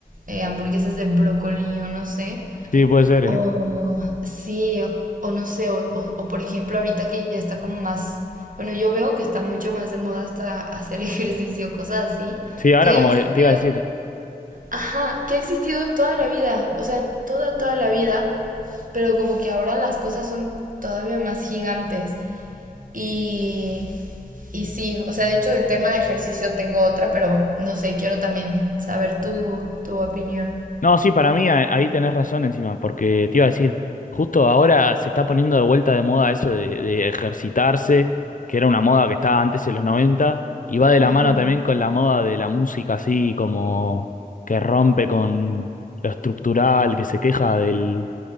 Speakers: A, on the right; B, on the left.
A: eh, hamburguesas de brócoli o no sé,
B: sí, puede ser,
A: o
B: ¿eh?
A: sí, o, o no sé, o, o- o por ejemplo ahorita que ya está como más, bueno, yo veo que está mucho más de moda hasta hacer <laughs> ejercicio, cosas así,
B: Sí, ahora
A: que
B: como
A: ha existido,
B: que te iba a decir,
A: ajá, que ha existido toda la vida, o sea, toda, toda la vida, pero como que ahora las cosas son todavía más gigantes. Y, y sí, o sea, de hecho de tema de ejercicio tengo otra, pero no sé, quiero también saber tu, tu opinión.
B: No, sí, para mí a- ahí tenés razón encima, porque te iba a decir, justo ahora se está poniendo de vuelta de moda eso de, de ejercitarse, que era una moda que estaba antes en los 90 y va de la
A: Ujú.
B: mano también con la moda de la música así como que rompe con lo estructural, que se queja del,